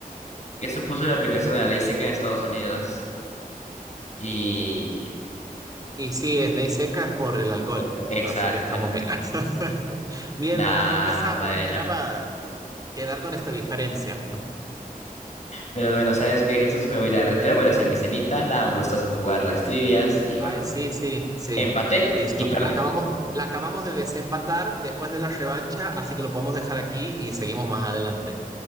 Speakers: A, on the left (about 50°); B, on the right (about 25°).
A: que supuso la aplicación de la ley seca en Estados Unidos. Y...
B: Y sí, es ley seca es por el alcohol.
A: eh, Exacto.
B: Así que estamos bien. <laughs> Bien,
A: Nah,
B: mira, no empezaba,
A: bueno.
B: no esperaba quedar con esta diferencia.
A: Pero bueno, ¿sabes qué, Jesús? Me voy a ir a retirar, voy a ir a hacer mi cenita. Nada, un gustazo jugar las trivias. Y bueno,
B: Ay, sí, sí, sí.
A: empaté
B: Listo.
A: y perdí.
B: La acabamos, la acabamos de desempatar después de la revancha, así que lo podemos dejar aquí y seguimos más adelante.